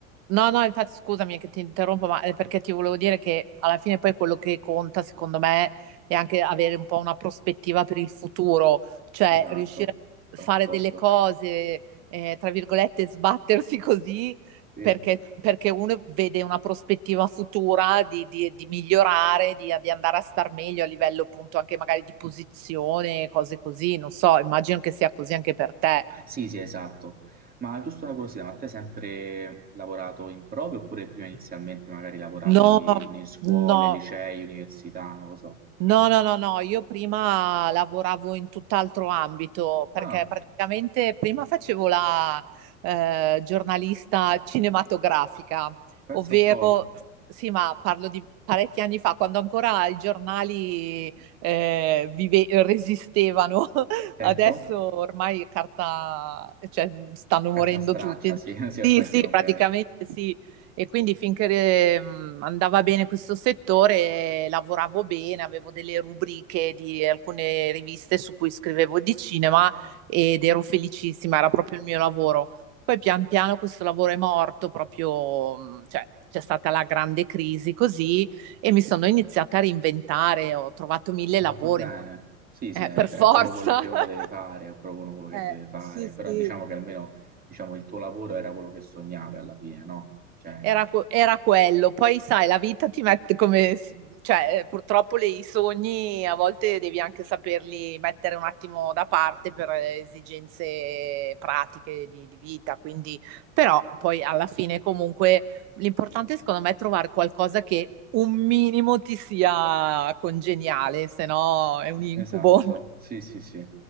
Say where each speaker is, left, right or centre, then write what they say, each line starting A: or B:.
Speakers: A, on the right; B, on the right.
A: No, no, infatti scusami che ti interrompo, ma è perché ti volevo dire che alla fine poi quello che conta, secondo me, è anche avere un po' una prospettiva per il futuro, cioè
B: Esatto,
A: riuscire a
B: sono
A: fare
B: d'accordo.
A: delle cose, eh, tra virgolette, sbattersi <laughs> così,
B: Sì.
A: perché, perché uno vede una prospettiva futura di, di- di migliorare, di, di andare a star meglio a livello appunto anche magari di posizione, cose così, non so, immagino che sia così anche per te.
B: Sì, sì, esatto. Ma giusto una curiosità, ma te hai sempre lavorato in proprio oppure prima inizialmente magari lavoravi
A: No,
B: in scuole,
A: no,
B: licei, università, non lo so.
A: No, no, no, no, io prima lavoravo in tutt'altro ambito perché
B: Ah,
A: praticamente prima facevo la eh, giornalista cinematografica,
B: pensa
A: ovvero,
B: un po'.
A: sì, ma parlo di parecchi anni fa, quando ancora i giornali eh, vive- resistevano, <laughs>
B: Certo,
A: adesso ormai carta, cioè, stanno
B: carta
A: morendo
B: straccia,
A: tutti.
B: sì, <laughs> sì,
A: Sì,
B: ormai
A: sì,
B: sì, non
A: praticamente
B: bene.
A: sì. E quindi finché eh, mh, andava bene questo settore, eh, lavoravo bene, avevo delle rubriche di alcune riviste su cui scrivevo di cinema ed ero felicissima, era proprio il mio lavoro. Poi pian piano questo lavoro è morto, proprio, mh, cioè, c'è stata la grande crisi così e mi sono iniziata a reinventare, ho trovato mille
B: Hai
A: lavori,
B: fatto bene. Sì,
A: eh,
B: sì, è,
A: per
B: è
A: forza.
B: proprio quello che
A: <laughs>
B: uno deve fare, è proprio uno quello che
A: Eh,
B: deve fare,
A: sì, sì,
B: però diciamo che almeno diciamo, il tuo lavoro era quello che sognavi alla fine, no? Cioè,
A: Era, que- era quello. Poi, sai, la vita ti mette come... si- Cioè, eh, purtroppo le- i sogni a volte devi anche saperli mettere un attimo da parte per eh, esigenze pratiche di, di vita. Quindi, però, poi alla fine, comunque, l'importante secondo me è trovare qualcosa che un minimo ti sia congeniale, se no è un incubo.
B: Esatto, sì, sì, sì.